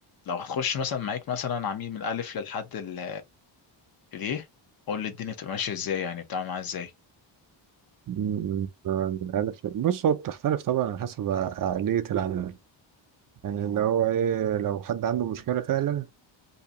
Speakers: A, on the left; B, on the right.
A: لو هتخش مثلا معاك مثلا عميل من الالف للحد ال- اليه قول لي الدنيا بتبقى ماشية ازاي يعني بتعمل معاه ازاي
B: مم، آه، عارف بص هو بتختلف طبعا على حسب عقلية العميل يعني اللي هو ايه لو حد عنده مشكلة فعلا